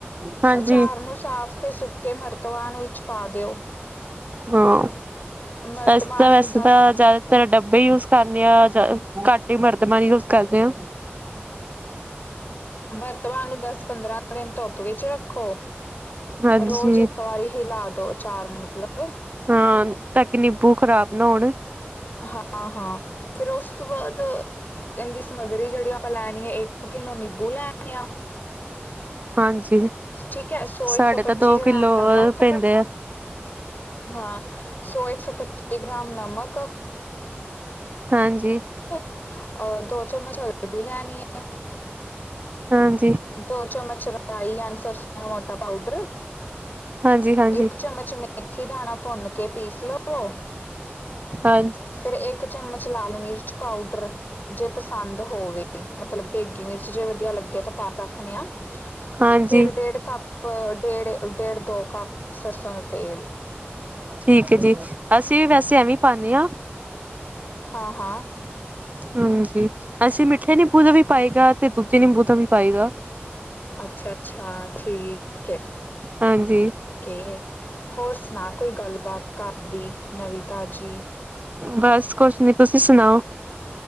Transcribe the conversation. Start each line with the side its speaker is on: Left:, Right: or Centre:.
Right: ਹਾਂਜੀ
Left: ਅਚਾਰ ਨੂੰ ਸਾਫ਼ ਤੇ ਸੁੱਕੇ ਮਰਤਵਾਨ ਵਿੱਚ ਪਾ ਦਿਓ।
Right: ਹਾਂ
Left: ਮਰਤਬਾਨ
Right: ਅਸੀਂ ਤਾਂ ਵੈਸੇ
Left: ਨੂੰ ਦਸ
Right: ਤਾਂ। ਜ਼ਿਆਦਾਤਰ ਡੱਬੇ ਯੂਜ ਕਰਨੇ ਆ ਜਾਂ ਘੱਟ ਹੀ ਵਰਤਮਾਨ ਯੂਜ ਕਰਦੇ ਹਾਂ।
Left: ਵਰਤਮਾਨ ਨੂੰ ਦਸ ਪੰਦਰਾਂ ਦਿਨ ਧੁੱਪ ਵਿੱਚ ਰੱਖੋ
Right: ਹਾਂਜੀ
Left: ਰੋਜ਼ ਇੱਕ ਵਾਰੀ ਹੀ ਲਾ ਦੋ ਅਚਾਰ ਮਤਲਬ
Right: ਹਾਂ ਤਾਂ ਕਿ ਨਿੰਬੂ ਖ਼ਰਾਬ ਨਾ ਹੋਣ।
Left: ਹਾਂ ਹਾਂ ਫਿਰ ਉਸ ਤੋਂ ਬਾਅਦ ਇਹਦੀ ਸਮਗਰੀ ਜਿਹੜੀ ਆਪਾਂ ਲੈਣੀ ਹੈ ਇੱਕ। ਕਿਲੋ ਨਿੰਬੂ ਲੈਣੇ
Right: ਹਾਂਜੀ।
Left: ਠੀਕ ਹੈ ਸੌ ਇੱਕ
Right: ਸਾਡੇ
Left: ਸੌ
Right: ਤਾਂ
Left: ਪੱਚੀ
Right: ਦੋ
Left: ਗ੍ਰਾਮ
Right: ਕਿੱਲੋ
Left: ਨਮਕ।
Right: ਪੈਂਦੇ ਆ
Left: ਹਾਂ ਸੌ ਇੱਕ ਸੌ ਪੱਚੀ ਗ੍ਰਾਮ ਨਮਕ।
Right: ਹਾਂਜੀ।
Left: ਅਹ ਦੋ ਚਮਚ ਹਲਦੀ ਲੈਣੀ ਹੈ।
Right: ਹਾਂਜੀ।
Left: ਦੋ ਚਮਚ ਰਾਈ ਆਨਸਰ ਮੋਟਾ ਪਾਊਡਰ
Right: ਹਾਂਜੀ ਹਾਂਜੀ
Left: ਇੱਕ ਚਮਚ। ਮੇਥੀ ਦਾਣਾ ਭੁੰਨ ਕੇ ਪੀਸ ਲਓ।
Right: ਹਾਂਜੀ।
Left: ਫਿਰ ਇੱਕ ਚਮਚ ਲਾਲ ਮਿਰਚ ਪਾਊਡਰ। ਜੇ ਪਸੰਦ ਹੋਵੇ ਮਤਲਬ ਦੇਗੀ ਮਿਰਚ ਜੇ ਵਧੀਆ ਲੱਗੇ ਤਾਂ। ਰੱਖਨੇ ਆ
Right: ਹਾਂਜੀ
Left: ਫਿਰ ਡੇਢ ਕੱਪ ਪ ਡੇਢ ਡੇਢ ਦੋ ਕੱਪ ਸਸਤਾ ਤੇਲ।
Right: ਠੀਕ ਹੈ ਜੀ ਅਸੀਂ ਵੀ ਵੈਸੇ ਐਵੇਂ ਪਾਂਦੇ ਹਾਂ।
Left: ਹਾਂ ਹਾਂ
Right: ਹਾਂਜੀ ਅਸੀਂ ਮਿੱਠੇ ਨਿੰਬੂ ਦਾ ਵੀ ਪਾਏਗਾ ਤੇ ਦੂਜੇ ਨਿੰਬੂ ਦਾ ਵੀ ਪਾਏਗਾ।
Left: ਅੱਛਾ, ਅੱਛਾ ਠੀਕ ਹੈ।
Right: ਹਾਂਜੀ
Left: ਕੇ ਹੋਰ ਸੁਣਾ ਕੋਈ ਗੱਲਬਾਤ ਘਰ ਦੀ ਨਵੀਂ ਤਾਜੀ?
Right: ਬਸ ਕੁਛ ਨੀ ਤੁਸੀਂ ਸੁਣਾਓ?